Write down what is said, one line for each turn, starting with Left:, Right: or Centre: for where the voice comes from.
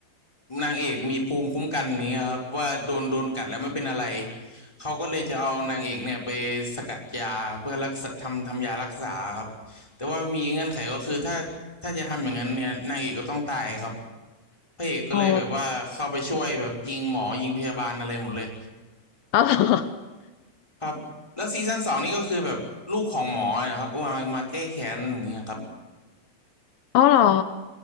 Centre: นางเอกมีภูมิคุ้มกันนี้ยครับว่าโดนโดนกัดแล้วไม่เป็นอะไรเขาก็เลยจะเอานางเอกเนี่ยไปสกัดยาเพื่อรักษาทำทำยารักษาครับแต่ว่ามีเงื่อนไขก็คือถ้าถ้าจะทำอย่างนั้นเนี่ยนางเอกก็ต้องตายครับ พระเอกก็เลยแบบว่าเข้าไปช่วยแบบยิงหมอยิงพยาบาลอะไรหมดเลย
Left: อ๋ออ๋อเหรอ
Centre: ครับแล้วซีซั่นสองนี่ก็คือแบบลูกของหมอเนะครับมามามาแก้แค้นอย่างเงี้ยครับ
Left: อ๋อเหรอ